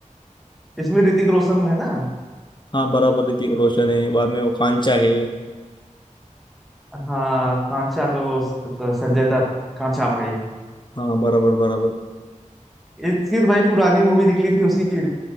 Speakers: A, in the centre; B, on the left (about 35°).
A: इसमें ऋतिक रोशन है ना
B: हाँ बराबर ऋतिक रोशन है बाद में वो कांचा है
A: हाँ कांचा तो स- स- संजय दत्त कांचा भाई
B: हाँ बराबर बराबर
A: इसकी तो भाई पुरानी मूवी निकली थी उसी की